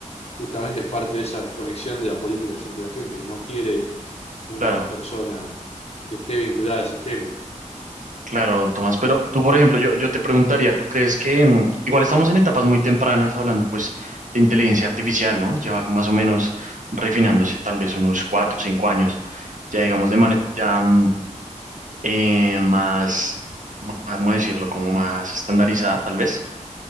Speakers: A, on the left; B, on the right.
A: justamente es parte de esa desconexión de la política que siente la gente, que no quiere una
B: claro,
A: persona que esté vinculada al sistema.
B: claro, Tomás. Pero tú, por ejemplo, yo, yo te preguntaría, ¿tú crees que mm, igual estamos en etapas muy tempranas hablando pues de inteligencia artificial, ¿no? Lleva más o menos refinándose tal vez unos cuatro o cinco años, ya digamos de manera ya mm, eh, más, más, ¿cómo decirlo? Como más estandarizada, tal vez.